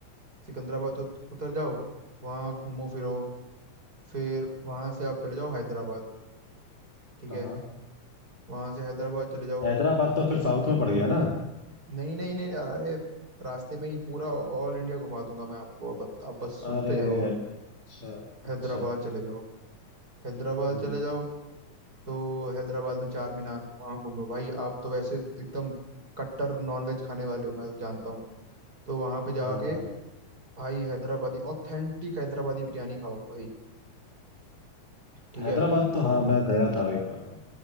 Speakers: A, on the right; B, on the left.
A: सिकंदराबाद उत- उतर जाओ वहाँ घूमो फिरो फिर वहाँ से आप चले जाओ हैदराबाद ठीक
B: हाँ
A: है
B: हाँ
A: वहाँ से हैदराबाद चले जाओ
B: हैदराबाद तो फिर साउथ में पड़ गया ना
A: नहीं नहीं नहीं अरे रास्ते में ही पूरा ऑल इंडिया घुमा दूंगा मैं आपको अब बत- आप बस सुनते
B: अरे
A: जाओ आप
B: अच्छा अच्छा
A: हैदराबाद चले जाओ हैदराबाद
B: हम्म
A: चले जाओ तो हैदराबाद में चार मीनार वहाँ घूम लो भाई आप तो वैसे एकदम कट्टर नॉनवेज खाने वाले हो मैं जानता हूँ तो वहाँ पे जाके
B: हाँ हाँ
A: भाई हैदराबादी ऑथेंटिक हैदराबादी बिरयानी खाओ भाई ठीक
B: हैदराबाद
A: है
B: तो हाँ मैं गया था एक बार हाँ।